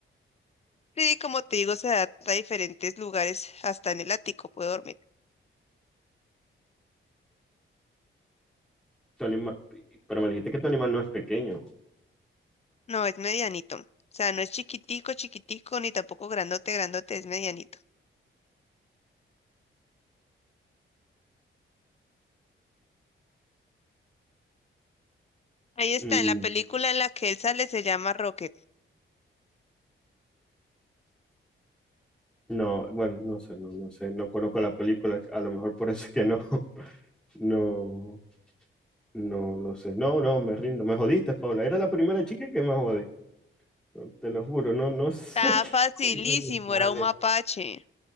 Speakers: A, on the left; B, in the centre.
A: Sí, como te digo, se adapta a diferentes lugares. Hasta en el ático puede dormir.
B: Tu anima- pero me dijiste que tu animal no es pequeño.
A: No, es medianito. O sea, no es chiquitico, chiquitico, ni tampoco grandote, grandote, es medianito. Ahí está,
B: Mm,
A: en la película en la que él sale se llama Rocket.
B: no, bueno, no sé, no, no sé, no conozco la película, a lo mejor por eso es que no. No, no lo sé. No, no, me rindo. Me jodiste, Paula. Era la primera chica que me jodí. No, Te lo juro, no, no sé
A: Está
B: <laughs> qué
A: facilísimo,
B: coño de animal
A: era un mapache.